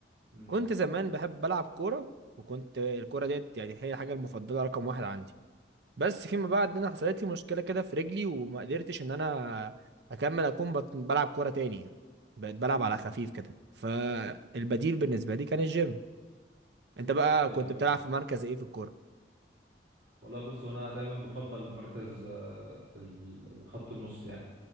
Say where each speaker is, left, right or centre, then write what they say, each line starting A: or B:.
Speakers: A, on the right; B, on the right.
A: امم
B: كنت زمان بحب بلعب كورة وكنت الكورة ديت يعني هي الحاجة المفضلة رقم واحد عندي بس فيما بعد انا حصلت لي مشكله كده في رجلي وما قدرتش ان انا اكمل اكون بت- بلعب كوره تاني يعني بقيت بلعب
A: امم
B: على خفيف كده فالبديل بالنسبه لي كان الجيم انت بقى
A: ايوه
B: كنت بتلعب
A: ايوه
B: في مركز ايه في الكوره
A: والله بص انا دايما بفضل مركز آه، ال- ال- خط النص يعني